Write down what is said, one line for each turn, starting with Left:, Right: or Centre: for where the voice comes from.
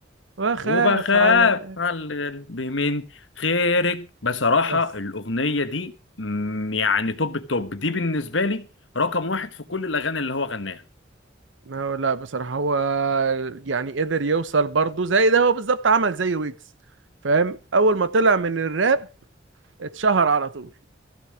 Right: واخاف
Left: وبخاف
Right: على
Left: على القلب من غيرك بصراحة
Right: بس
Left: الأغنية دي مم، يعني توب التوب دي بالنسبة لي رقم واحد في كل الأغاني اللي هو غناها
Right: ما هو لا بصراحة هو يعني قدر يوصل برضه زي ده هو بالظبط عمل زي ويجز فاهم أول ما طلع من الراب اتشهر على طول